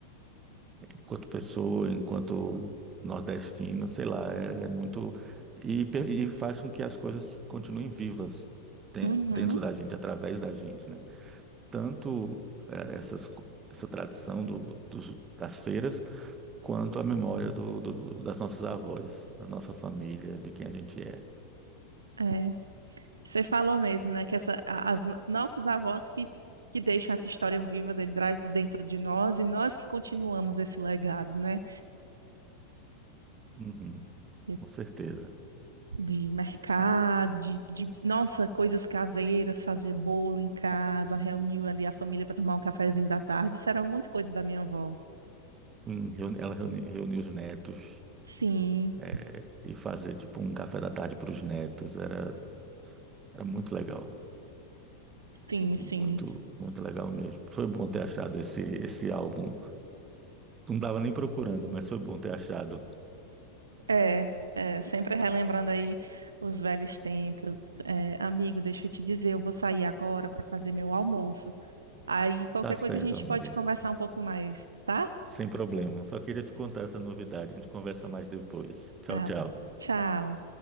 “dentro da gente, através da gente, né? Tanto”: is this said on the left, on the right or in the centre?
Right